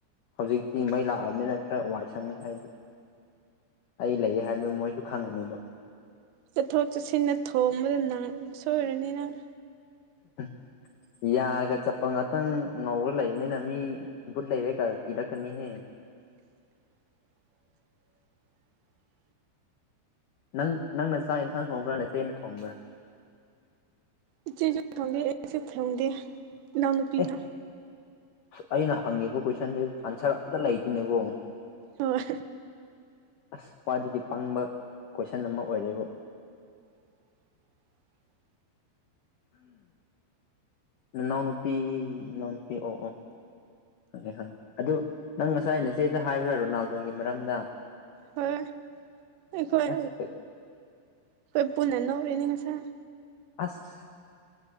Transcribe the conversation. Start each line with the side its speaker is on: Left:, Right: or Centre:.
Left: ꯍꯧꯖꯤꯛꯇꯤ ꯃꯩ ꯂꯥꯛꯑꯕꯅꯤꯅ ꯈꯔ ꯋꯥꯏ ꯁꯪꯉꯤ ꯑꯩꯗꯤ ꯑꯩ ꯂꯩꯌꯦ ꯍꯥꯏꯕꯗꯣ ꯃꯣꯏꯁꯨ ꯈꯪꯉꯅꯤꯕ
Right: ꯆꯠꯊꯣꯛ ꯆꯠꯁꯤꯟꯗ ꯊꯣꯝꯕꯗ ꯅꯪ ꯁꯣꯏꯔꯅꯤꯅꯪ
Left: <inaudible> ꯌꯥꯒ ꯆꯠꯄ ꯉꯥꯛꯇꯪ ꯉꯧꯔ ꯂꯩꯕꯅꯤꯅ ꯃꯤ ꯕꯨꯠ ꯂꯩꯔꯦ ꯀ ꯀꯤꯔꯛꯀꯅꯤꯍꯦ
Right: <inaudible>
Left: ꯅꯪ ꯅꯪꯅ ꯆꯥꯛ ꯏꯟꯁꯥꯡ ꯊꯣꯡꯕ꯭ꯔꯥ ꯅꯆꯦꯅ ꯊꯣꯡꯕ꯭ꯔꯥ
Right: ꯏꯆꯦ ꯁꯨ ꯊꯣꯡꯗꯦ ꯑꯩꯁꯨ ꯊꯣꯡꯗꯦ ꯏꯅꯎꯅꯨꯄꯤꯅ
Left: ꯑꯦ ꯑꯩꯅ ꯍꯪꯉꯤꯕ ꯀꯣꯏꯁꯟꯁꯤ ꯑꯟꯁꯔ ꯑꯝꯇ ꯂꯩꯇꯦꯅꯦꯀꯣ
Right: ꯍꯣꯏ
Left: ꯑꯁ ꯈ꯭ꯋꯥꯏꯗꯒꯤ ꯄꯪꯕ ꯀꯣꯏꯁꯟ ꯑꯃ ꯑꯣꯏꯔꯦꯕꯨ
Right: <inaudible>
Left: ꯅꯥꯅꯎ ꯅꯨꯄꯤ ꯅꯥꯅꯎ ꯅꯨꯨꯄꯤ ꯑꯣ ꯑꯣ ꯈꯪꯉꯦ ꯈꯪꯉꯦ ꯑꯗꯨ ꯅꯪ ꯉꯁꯥꯏ ꯅꯆꯦꯗ ꯍꯥꯏꯕ꯭ꯔꯥ ꯔꯣꯅꯥꯜꯗꯣꯒꯤ ꯃꯔꯝꯗ
Right: ꯍꯣꯏ ꯑꯈꯣꯏ
Left: ꯑꯁ
Right: ꯑꯈꯣꯏ ꯄꯨꯟꯅ ꯅꯣꯏꯅꯤ ꯉꯁꯥꯏ ꯑꯝ
Left: ꯑꯁ